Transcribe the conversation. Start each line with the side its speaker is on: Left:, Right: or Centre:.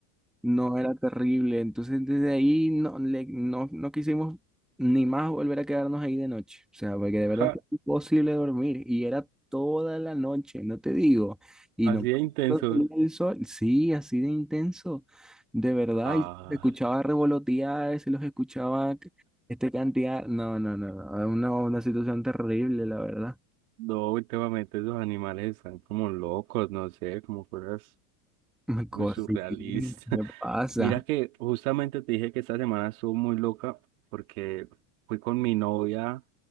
Centre: No era terrible. Entonces desde ahí no, le- no, no quisimos ni más volver a quedarnos ahí de noche. O sea, porque de verdad
Right: Ja,
Centre: es que es imposible dormir. Y era toda la noche, no te digo. Y
Right: así
Centre: no
Right: de intensos.
Centre: no salía el sol. Sí, así de intenso. De verdad.
Right: Ah,
Centre: Y se escuchaba revolotear, se los escuchaba c- este cantidad. No, no, no, no. Era Una, una situación terrible, la verdad.
Right: no, últimamente esos animales están como locos, no sé, como cosas
Centre: Me Cosí,
Right: muy surrealistas.
Centre: ¿qué
Right: <laughs>
Centre: pasa?
Right: Mira que justamente te dije que esta semana estuvo muy loca porque fui con mi novia